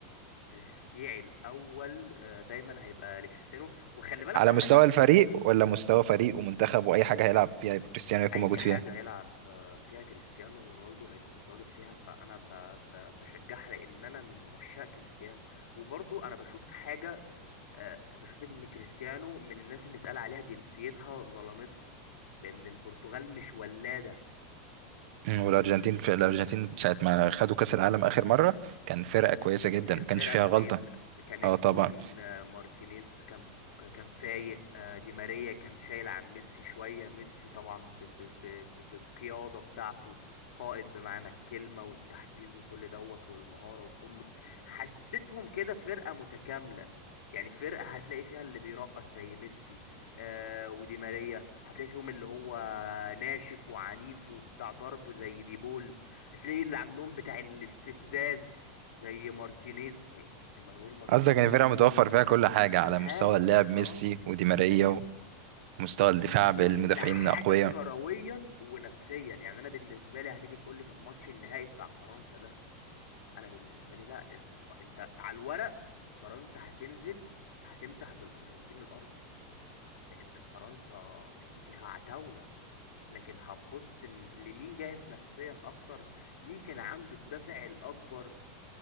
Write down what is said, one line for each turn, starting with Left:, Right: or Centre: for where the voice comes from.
Left: تشجيعي الاول آه، دايما هيبقى لكريستيانو وخلي بالك
Right: على
Left: هقول
Right: مستوى
Left: لك
Right: الفريق ولا مستوى فريق ومنتخب واي حاجه هيلعب فيها يبقى كريستيانو يكون
Left: اي
Right: موجود
Left: حاجه
Right: فيها
Left: يلعب فيها كريستيانو رونالدو هيكون متواجد فيها فانا ب... ب... بشجعها لان انا من عشاق كريستيانو وبرضو انا بشوف حاجه آه، بشوف ان كريستيانو من الناس اللي اتقال عليها جنسيتها ظلمتها لان البرتغال مش ولاده
Right: مم. والارجنتين في الارجنتين ساعه ما خدوا كاس العالم اخر مره كان فرقه كويسه
Left: ك-
Right: جدا
Left: كانت
Right: ما كانش
Left: فرقة
Right: فيها
Left: كويسة
Right: غلطه
Left: كان الجون
Right: اه طبعا
Left: آه، مارتينيز كان كان فايق آه، دي ماريا كان شايل عن ميسي شوية ميسي طبعا ب- ب- ب- ب- بالقيادة بتاعته قائد بمعنى الكلمة والتحفيز وكل دوت والمهارة وكله حسيتهم كده فرقة متكاملة يعني فرقة هتلاقي فيها اللي بيرقص زي ميسي آه ودي ماريا هتلاقي فيهم اللي هو ناشف وعنيف وبتاع ضرب زي ديبول هتلاقي اللي عندهم بتاع الاستفزاز زي مارتينيز ايمانويل مارتينيز
Right: قصدك ان
Left: الجون
Right: الفرقه متوفر
Left: بتاعهم
Right: فيها كل حاجه
Left: كل
Right: على
Left: حاجة
Right: مستوى اللعب ميسي
Left: اه
Right: ودي ماريا ومستوى الدفاع بالمدافعين
Left: كل حاجة
Right: الاقوياء
Left: كرويا ونفسيا يعني انا بالنسبة لي هتيجي تقول لي طب ماتش النهائي بتاع فرنسا ده انا بالنسبة لي لا انت ف... انت على الورق فرنسا هتنزل هتمسح بالارجنتين الارض لان فرنسا كان فيها عتاولة لكن هتبص إن لمين جاهز نفسيا اكتر مين كان عنده الدافع الاكبر